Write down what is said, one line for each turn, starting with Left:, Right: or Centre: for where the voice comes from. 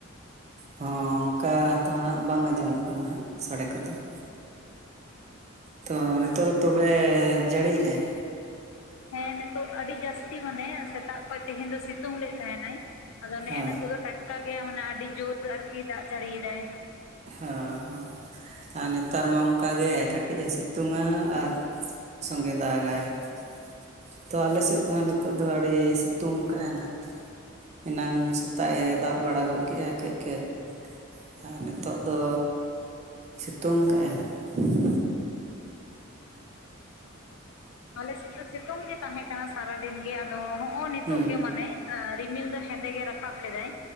Right: ᱦᱚᱸ ᱚᱝᱠᱟ ᱫᱚ ᱦᱟᱸᱜ ᱵᱟᱝ ᱟᱸᱡᱚᱢᱚᱜ ᱠᱟᱱᱟ ᱦᱟᱜ ᱥᱟᱹᱲᱮ ᱠᱚᱫᱚ ᱾ ᱛᱚ ᱱᱤᱛᱳᱜ ᱫᱚ ᱛᱚᱵᱮ ᱡᱟᱹᱲᱤ ᱭᱮᱜ ᱟᱭ?
Left: ᱦᱮᱸ ᱱᱤᱛᱚᱜ ᱟᱹᱰᱤ ᱡᱟᱹᱥᱛᱤ ᱢᱟᱱᱮ ᱥᱮᱛᱟᱜ ᱠᱷᱚᱡ ᱛᱮᱦᱮᱧ ᱫᱚ ᱥᱤᱛᱩᱝ ᱞᱮ ᱛᱟᱦᱮᱱᱟᱭ ᱟᱫᱚ ᱱᱮᱜᱼᱮ
Right: ᱦᱳᱭ
Left: ᱱᱤᱛᱳᱜ ᱫᱚ ᱴᱟᱴᱠᱟ ᱜᱮ ᱢᱟᱱᱮ ᱟᱹᱰᱤ ᱡᱳᱨ ᱟᱨᱠᱤ ᱫᱟᱜ ᱡᱟᱹᱲᱤ ᱭᱮᱫᱟᱭ ᱾
Right: ᱦᱚᱸ ᱦᱚᱸ ᱟᱨ ᱱᱮᱛᱟᱨ ᱢᱟ ᱚᱝᱠᱟ ᱜᱮ ᱠᱟᱹᱴᱤᱡ ᱮ ᱥᱤᱛᱩᱝᱼᱟ ᱟᱨ ᱥᱚᱸᱜᱮ ᱫᱟᱜᱟᱭ ᱾ ᱛᱚ ᱟᱞᱮ ᱥᱮᱜ ᱫᱚ ᱦᱟᱜ ᱱᱤᱛᱚᱜ ᱫᱚ ᱟᱹᱲᱤ ᱛᱩᱝ ᱠᱟᱜᱼᱟ ᱱᱟᱦᱟᱜ ᱾ ᱮᱱᱟᱝ ᱥᱮᱛᱟᱜ ᱮ ᱫᱟᱜ ᱵᱟᱲᱟ ᱜᱚᱫ ᱠᱮᱜᱼᱟ ᱠᱟᱹᱡ ᱠᱟᱡ ᱟᱨ ᱱᱮ ᱛᱚᱜ ᱫᱚ ᱥᱤᱛᱩᱝ ᱠᱟᱜᱼᱟᱭ ᱱᱟᱜ ᱾
Left: ᱟᱞᱮᱥᱮᱫ ᱫᱚ ᱥᱤᱛᱩᱝ ᱜᱮ ᱛᱟᱦᱮᱸ ᱠᱟᱱᱟ ᱥᱟᱨᱟ ᱫᱤᱱ ᱜᱮ ᱟᱫᱚ ᱦᱚᱜᱼᱚ ᱱᱤᱛᱚᱜ
Right: ᱦᱩᱸ
Left: ᱜᱮ ᱢᱟᱱᱮ ᱨᱤᱢᱤᱞ ᱫᱚ ᱦᱮᱸᱫᱮ ᱜᱮ ᱨᱟᱠᱟᱵ ᱞᱮᱫᱟᱭ